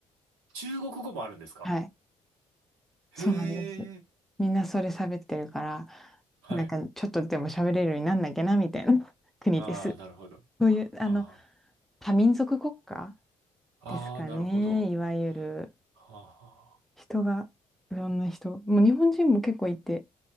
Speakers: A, on the right; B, in the centre.
A: 中国語もあるんですか
B: はい。
A: へえ。
B: そうなんです。みんなそれ喋ってるから、
A: はい。
B: なんかちょっとでも喋れるようになんなきゃなみたいな <laughs> 国です。
A: ああ、なるほど。
B: そういう、
A: はあ、
B: あの、
A: は
B: 多民族国家
A: あ。
B: ですかね、
A: ああ、なるほど。
B: いわゆる。
A: はあ、はあ。
B: 人が、いろんな人、もう日本人も結構いて、